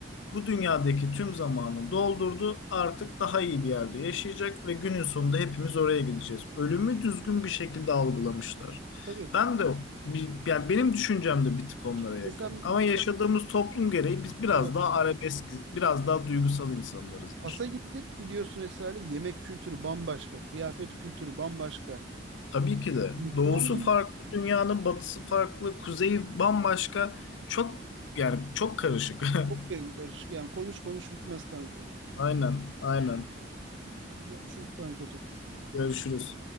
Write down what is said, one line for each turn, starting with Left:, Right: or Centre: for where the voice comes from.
Left: bu dünyadaki tüm zamanı doldurdu. Artık daha iyi bir yerde yaşayacak ve günün sonunda hepimiz oraya gideceğiz. Ölümü düzgün bir şekilde algılamışlar.
Right: tabii.
Left: Ben de bir- yani benim düşüncem de bir tık onlara
Right: Ki-
Left: yakın.
Right: Mesela
Left: Ama yaşadığımız
Right: Fas-
Left: toplum gereği biz biraz
Right: tabii
Left: daha arabesk, biraz daha duygusal insanlarızdır.
Right: Fas'a gittik. Biliyorsun Esra'yla yemek kültürü bambaşka, kıyafet kültürü bambaşka.
Left: Tabii ki de
Right: Müslüman
Left: doğusu
Right: bir
Left: farklı,
Right: ülke.
Left: dünyanın batısı farklı, kuzeyi bambaşka. Çok yani çok karışık.
Right: Çok
Left: <laughs>
Right: karışık yani. Konuş konuş bitmez kanka.
Left: Aynen, aynen.
Right: Görüşürüz kankacığım.
Left: Görüşürüz.